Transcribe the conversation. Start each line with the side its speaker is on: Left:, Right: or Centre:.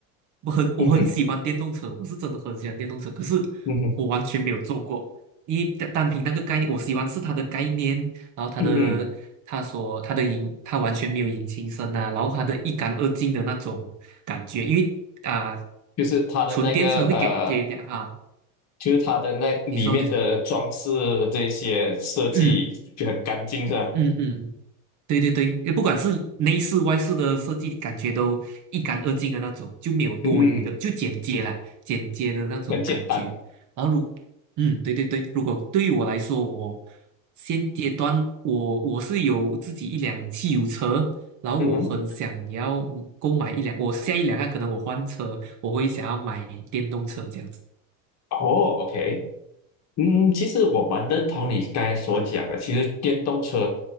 Right: 我很我很喜欢电动车，
Left: 嗯哼
Right: 我是真的很喜欢电动车，可是
Left: 嗯哼
Right: 我完全没有做过。一单凭那个概念，我喜欢是他的概念，然后他的他所他的引他完全没有引擎声呐，
Left: 嗯哼，
Right: 然后他的一干二净的那种感觉，因为啊、
Left: 就是它的那个呃，
Right: 纯电车会给给人家啊，
Left: 就是它的那里面的装饰这些设计就很干净是吧？
Right: 你你说你说嗯嗯嗯对对对，也不管是内饰外饰的设计，感觉都一干二净的那种，就没有多余的，
Left: 嗯哼，
Right: 就简洁啦，简洁的那种感觉。
Left: 很简单。
Right: 然后如，嗯，对对对，如果对于我来说，我现阶段我我是有自己一辆汽油车，然后我很想要购买一辆，
Left: 嗯哼，
Right: 我下一辆啊，可能我换车，我会想要买电动车这样子。
Left: 哦，OK，嗯，其实我蛮认同你刚才所讲的。其实电动车